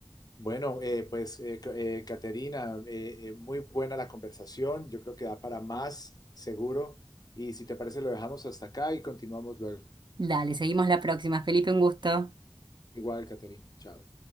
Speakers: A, on the left (about 45°); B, on the right (about 60°).
A: Bueno, eh, pues eh, C- eh, Caterina, eh, eh, muy buena la conversación, yo creo que da para más, seguro, y si te parece lo dejamos hasta acá y continuamos luego.
B: Dale, seguimos la próxima. Felipe, un gusto.
A: Igual, Caterina, chao.